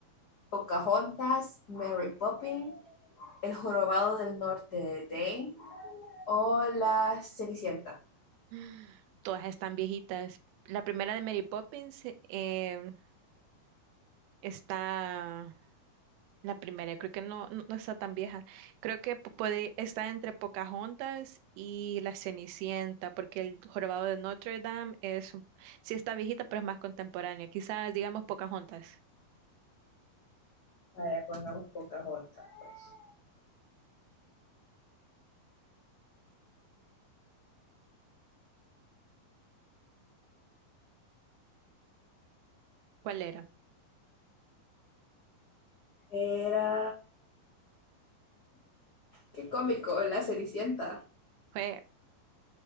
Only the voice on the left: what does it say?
¿Pocahontas, Mary Poppins, El Jorobado del Norte de Dane o La Cenicienta?
Vaya, pongamos Pocahontas, pues.
Era. Qué cómico, La Cenicienta.